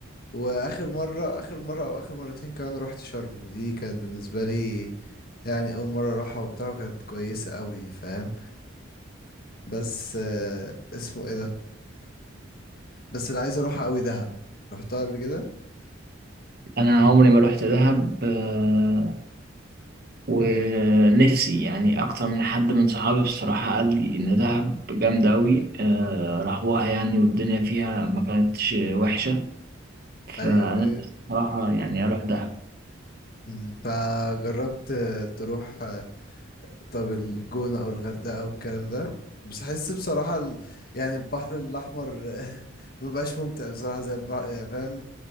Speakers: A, on the left; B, on the right.
A: واخر مرة اخر مرة او اخر مرتين كمان رحت شرم دي كانت بالنسبة لي يعني اول مرة اروحها وبتاع وكانت كويسة قوي فاهم بس آه، اسمه ايه ده بس اللي عايز اروحها قوي دهب رحتها قبل كده
B: انا عمري ما روحت دهب آه، ونفسي يعني اكتر من حد من صحابي بصراحة قال لي ان دهب جامدة اوي آه، راحوها يعني والدنيا فيها ما كانتش وحشة
A: ايوه
B: فانا
A: ايوه
B: نفسي بصراحة يعني اروح دهب
A: أمم، فجربت آه، تروح آه، طب الجونة او الغردقة والكلام ده بس احس بصراحة ال... يعني البحر الاحمر آه، <laughs> ما بقاش ممتع بصراحة زي البحر فاهم